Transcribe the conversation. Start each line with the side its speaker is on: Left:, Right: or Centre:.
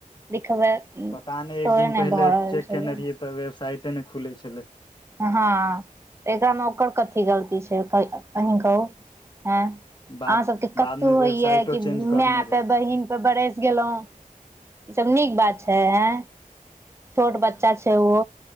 Right: बे तोड़े
Left: पता एक दिन
Right: नहि
Left: पहिले
Right: भऽ रहल
Left: चेक
Right: छलै
Left: केने रहियै तऽ वेबसाइटे नहि खुलै छलै
Right: हाँ एकरा नौकर कथ गलती छै अही कहू हँ
Left: बाद
Right: अहाँ सभके कतहु
Left: बादमे
Right: होइए
Left: वेबसाइटो
Right: कि
Left: चेंज
Right: माय
Left: कऽ देने
Right: पे
Left: रहै
Right: बहिन पे बरस गेलहुँ ई सब नीक बात छै आ छोट बच्चा छै ओ